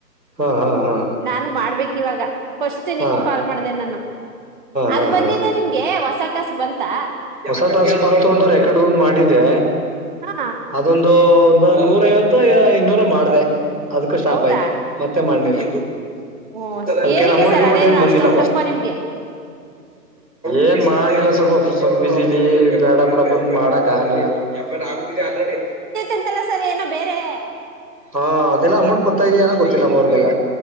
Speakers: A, on the right (about 85°); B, on the right (about 30°).
A: ಹಾ ಹಾ ಹಾ
B: ನಾನು ಮಾಡ್ಬೇಕು ಇವಾಗ ಫಸ್ಟ್
A: ಹಾ
B: ನಿಮ
A: ಹಾ
B: ಕಾಲ್ ಮಾಡಿದೆ ನಾನು
A: ಹಾ
B: ಅದು ಬಂದಿ
A: ಹಾ
B: ಈಗ ನಿಮ್ಗೆ ಹೊಸ ಟಾಸ್ಕ್ ಬಂತಾ
A: ಹೊಸ ಟಾಸ್ಕ್ ಬಂತು ಅಂತ್ರ ರೆಕಾರ್ಡ್ದು ಮಾಡಿದ್ದೆ
B: ಹಾ
A: ಅದೊಂದು ಒಂದು ನೂರ ಐವತ್ತು ಇನ್ನೂರ ಮಾಡಿದೆ ಅದ್ಕ್ಕ ಸ್ಟಾಪ್
B: ಹೌದಾ
A: ಆಯ್ತು ಮತ್ತೆ ಮಾಡ್ಲಿಲ್ಲ
B: ಓ
A: ಅದೇ
B: ಏನಕ್ಕೆ
A: ಅಮೌಂಟ್
B: ಸರ್
A: ಗಮೌಂಟ್
B: ಅದೇನು
A: ಏನ್ ಬಂದಿಲ್ಲ
B: ಅಷ್ಟೊಂದು ಟಫ್ ನಿಮ್ಗೆ
A: ಏನ್ ಮಾಡಿಲ್ಲ ಸ್ವಲ್ಪ ಸ್ವಲ್ಪ ಬಿಸಿಲಿ ಬೇಡ ಬುಡು ಮುಂದ್ ಮಾಡೋಕಾಗ್ಲಿಲ್ಲ ಯ ಆಗುದಿದೆ ಆಲ್ರೆಡಿ
B: ಂತಲ್ಲ ಸರ್ ಏನೋ ಬೇರೆ
A: ಹಾ ಅದೆಲ್ಲ ಅಮೌಂಟ್ ಬರ್ತಾ ಇದೆಯಯನ ಗೊತ್ತಿಲ್ಲ ಅಮ್ಮ ಅವ್ರಗೆಲ್ಲ